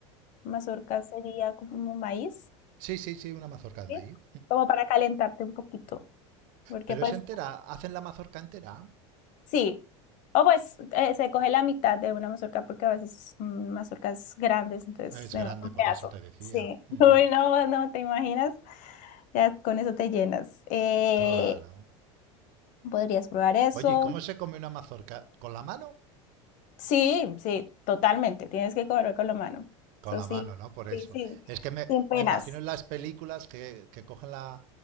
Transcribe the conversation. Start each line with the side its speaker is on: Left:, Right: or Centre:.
Left: Mazorca sería como maíz,
Right: Sí, sí, sí, una mazorca de
Left: ¿sí?
Right: maíz.
Left: Como para calentarte un poquito, porque
Right: Pero
Left: pues
Right: es entera, hacen la mazorca entera.
Left: Sí, o pues eh, se coge la mitad de una mazorca porque a veces son mazorcas grandes, entonces
Right: Es
Left: se
Right: grande,
Left: da un
Right: por
Left: pedazo.
Right: eso te decía.
Left: Sí, <laughs> uy,
Right: Ujú,
Left: no, no, ¿te imaginas? Ya con eso te llenas. Eh,
Right: Claro.
Left: ¿podrías probar eso?
Right: Oye, ¿y ¿cómo se come una mazorca? ¿Con la mano?
Left: Sí, sí, totalmente, tienes que comer con la mano.
Right: Con
Left: Eso
Right: la
Left: sí,
Right: mano, ¿no? Por eso.
Left: sí, sí,
Right: Es que me,
Left: sin penas.
Right: me imagino en las películas que, que cogen la...